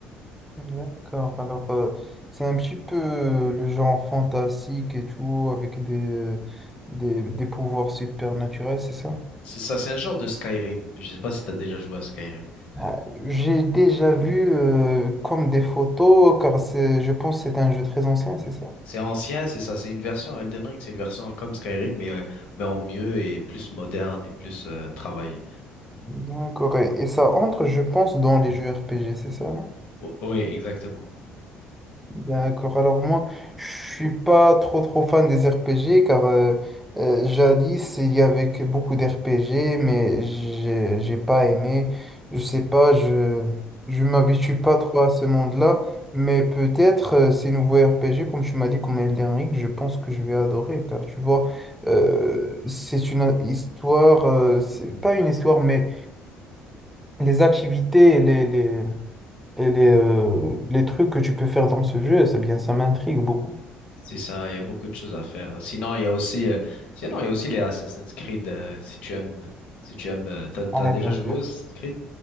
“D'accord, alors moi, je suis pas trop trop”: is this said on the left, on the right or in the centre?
Centre